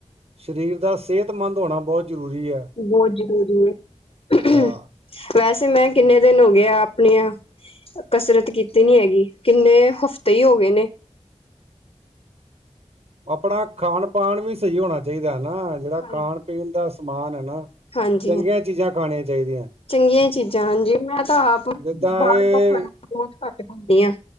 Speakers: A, on the right; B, on the left.
A: ਸਰੀਰ ਦਾ ਸਿਹਤਮੰਦ ਹੋਣਾ ਬਹੁਤ ਜ਼ਰੂਰੀ ਹੈ।
B: ਬਹੁਤ ਜ਼ਰੂਰੀ ਹੈ।
A: ਹਾਂ
B: ਵੈਸੇ ਮੈਂ ਕਿੰਨੇ ਦਿਨ ਹੋ ਗਿਆ ਆਪਣੀਆਂ ਕਸਰਤ ਕੀਤੀ ਨੀ ਹੈਗੀ, ਕਿੰਨੇ ਹਫ਼ਤੇ ਹੀ ਹੋ ਗਏ ਨੇ।
A: ਆਪਣਾ ਖਾਣ-ਪਾਣ ਵੀ ਸਹੀ ਹੋਣਾ ਚਾਹੀਦਾ ਹੈ ਨਾ। ਜਿਹੜਾ
B: ਹਾਂਜੀ,
A: ਖਾਣ-ਪੀਣ ਦਾ ਸਮਾਨ ਹੈ ਨਾ।
B: ਹਾਂਜੀ
A: ਚੰਗੀਆਂ
B: ਹਾਂ
A: ਚੀਜਾਂ ਖਾਣੀਆਂ ਚਾਹੀਦੀਆਂ।
B: ਚੰਗੀਆਂ ਚੀਜ਼ਾਂ ਹਾਂਜੀ ਮੈਂ ਤਾਂ ਆਪ
A: ਜਿੱਦਾਂ
B: ਬਾਹਰ
A: ਇਹ
B: ਦਾ ਖਾਣਾ ਬਹੁਤ ਘੱਟ ਖਾਂਦੀ ਆ।